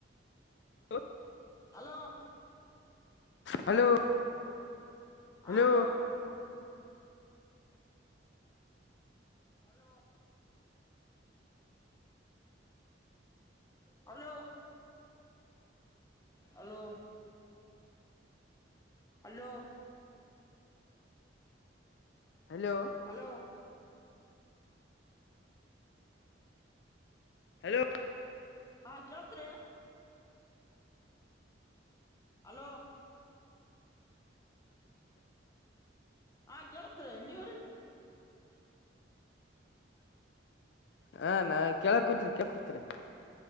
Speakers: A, on the left (about 65°); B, on the left (about 15°).
A: ಹ
B: hello
A: hello
B: ಹ
A: hello
B: hello hello hello hello hello
A: hello
B: hello
A: hello
B: ಹಾ ಕೇಳತ್ರಿ hello ಹಾ ಕೇಳದ್ರ ನೀವ್ರೀ
A: ಹಾ ನಾ ಕೇಳ ಕುೂತ್ಕೇಳ್ ಕೂತ್ರಿ